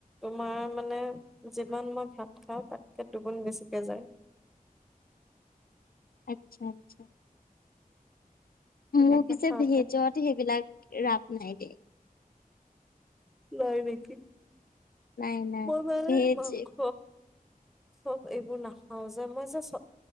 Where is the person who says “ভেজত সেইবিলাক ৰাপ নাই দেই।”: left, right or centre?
Left